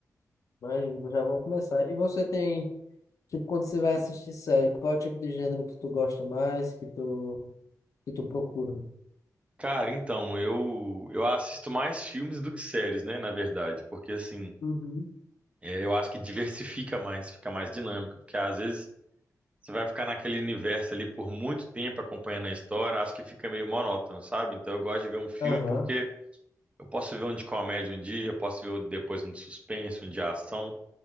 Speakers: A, on the left (about 55°); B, on the right (about 20°).
A: Imagino, eu já vou começar. E você tem. Tipo, quando você vai assistir série, qual é o tipo de gênero que tu gosta mais, que tu, que tu procura?
B: Cara, então, eu, eu assisto mais filmes do que séries, né, na verdade, porque assim,
A: Uhum.
B: é, eu acho que diversifica mais, fica mais dinâmico, porque às vezes você vai ficar naquele universo ali por muito tempo acompanhando a história, acho que fica meio monótono, sabe? Então eu gosto de ver um filme
A: Aham.
B: porque eu posso ver um de comédia um dia, eu posso ver depois um de suspense, um de ação,